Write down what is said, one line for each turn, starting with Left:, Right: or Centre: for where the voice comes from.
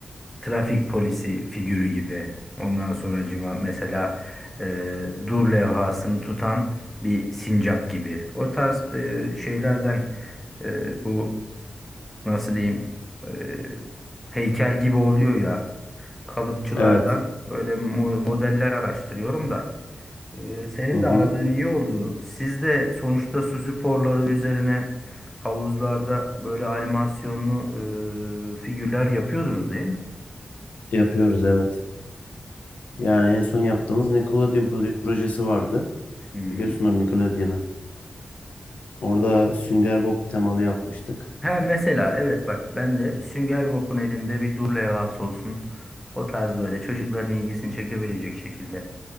Centre: trafik polisi figürü gibi. Ondan sonracıma mesela e, dur levhasını tutan bir sincap gibi. O tarz e, şeylerden e, bu nasıl diyeyim e, heykel gibi oluyor ya kalıpçılardan
Left: Evet.
Centre: öyle mo- modeller araştırıyorum da. E, senin
Left: Hı hı.
Centre: de aradığın iyi oldu. Siz de sonuçta su sporları üzerine havuzlarda böyle animasyonlu e, figürler yapıyordunuz değil mi?
Left: Yapıyoruz evet. Yani en son yaptığımız Nickelodeon proje- projesi vardı.
Centre: Hı.
Left: Biliyorsunuz Nickelodeon'u. Orada Sünger Bob temalı yapmıştık.
Centre: He mesela evet bak ben de Sünger Bob'un elinde bir dur levhası olsun. O tarz böyle çocukların ilgisini çekebilecek şekilde